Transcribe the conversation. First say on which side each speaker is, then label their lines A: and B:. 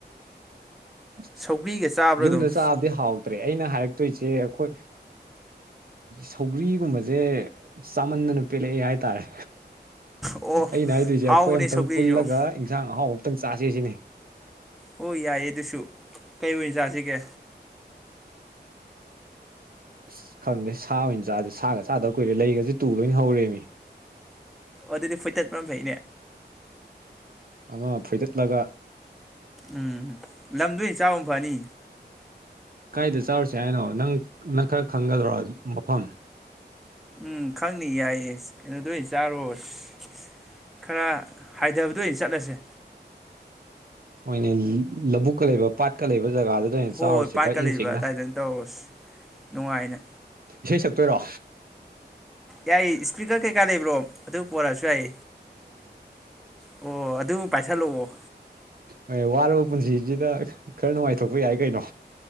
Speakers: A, on the right; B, in the centre.
A: ꯑꯁ
B: ꯁꯧꯒ꯭ꯔꯤꯒ ꯆꯥꯕ꯭ꯔꯥ
A: ꯌꯨꯝꯗ
B: ꯑꯗꯨꯝ
A: ꯆꯥꯕꯗꯤ ꯍꯥꯎꯇ꯭ꯔꯦ ꯑꯩꯅ ꯍꯥꯏꯔꯛꯇꯣꯏꯁꯦ ꯑꯩꯈꯣꯏ ꯁꯧꯒ꯭ꯔꯤꯒꯨꯝꯕꯁꯦ ꯆꯥꯃꯟꯗꯅ ꯄꯦꯜꯂꯛꯑꯦ ꯍꯥꯏꯇꯥꯔꯦ
B: ꯑꯣ
A: ꯑꯩꯅ ꯍꯥꯏꯗꯣꯏꯁꯦ
B: ꯍꯥꯎꯕꯅꯦ
A: ꯑꯩꯈꯣꯏ ꯑꯝꯇꯪ
B: ꯁꯧꯒ꯭ꯔꯤꯁꯨ
A: ꯄꯨꯜꯂꯒ ꯏꯟꯁꯥꯡ ꯑꯍꯥꯎ ꯑꯇꯪ ꯆꯥꯁꯦ ꯁꯤꯅꯦ
B: ꯑꯣ ꯌꯥꯏꯌꯦ ꯑꯗꯨꯁꯨ ꯀꯩ ꯑꯣꯏꯅ ꯆꯥꯁꯤꯒꯦ
A: ꯑꯁ ꯈꯪꯗꯦ ꯁꯥ ꯑꯣꯏꯅ ꯆꯥꯁꯦ ꯁꯥꯒ ꯆꯥꯗꯕ ꯀꯨꯏꯔꯦ ꯂꯩꯒꯁꯦ ꯇꯨ ꯂꯣꯏꯅ ꯍꯧꯔꯦꯅꯤ
B: ꯑꯗꯨꯗꯤ ꯐꯣꯏꯆꯠꯄ ꯐꯩꯅꯦ
A: ꯑꯃ ꯐꯣꯏꯗꯠꯂꯒ
B: ꯎꯝ ꯂꯝꯗꯨꯅꯤ ꯆꯥꯕ ꯐꯅꯤ
A: ꯀꯥꯏꯗ ꯆꯥꯔꯨꯁꯦ ꯍꯥꯏꯅꯣ ꯅꯪ ꯅꯪ ꯈꯔ ꯈꯪꯒꯗꯔꯣ ꯃꯐꯝ
B: ꯎꯝ ꯈꯪꯅꯤ ꯌꯥꯏꯌꯦ ꯀꯩꯅꯣꯗꯣꯏ ꯆꯥꯔꯨꯔꯁ ꯈꯔ ꯍꯥꯏꯊꯕꯗꯣ ꯑ ꯑꯣꯏꯅ ꯆꯠꯂꯁꯦ
A: ꯃꯣꯏꯅ ꯂꯧꯕꯕꯨꯛꯀ ꯂꯩꯕ ꯄꯥꯠꯀ ꯂꯩꯕ ꯖꯒꯥꯗꯨꯗ ꯑꯣꯏꯅ
B: ꯍꯣꯏ
A: ꯆꯥꯎꯔꯁꯦ
B: ꯍꯣꯏ ꯄꯥꯀꯠꯂꯤꯕ
A: ꯈꯔ ꯏꯪ ꯆꯤꯛꯅ
B: ꯑꯗꯨꯗꯥꯏꯗꯅ ꯇꯧꯔꯁꯤ ꯅꯨꯡꯉꯥꯏꯅ
A: ꯏꯁꯩ ꯁꯛꯇꯣꯏꯔꯣ
B: ꯌꯥꯏ ꯏꯁꯄꯤꯀꯔ ꯀꯩꯀꯥ ꯂꯩꯕ꯭ꯔꯣ ꯑꯗꯨ ꯄꯔꯛꯑꯁꯨ ꯌꯥꯏ ꯑꯣ ꯑꯗꯨ ꯄꯥꯏꯁꯜꯂꯛꯑꯣ
A: ꯣꯏ ꯋꯥꯔꯕꯨ ꯄꯨꯟꯁꯤꯁꯤꯗ ꯈꯔ ꯅꯨꯡꯉꯥꯏꯊꯣꯛꯄ ꯌꯥꯏ ꯀꯩꯅꯣ